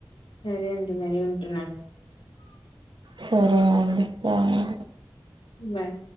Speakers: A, on the left; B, on the right.
A: సరే అండి మరీ ఉంటున్న
B: సరే అండి బాడి
A: వాన్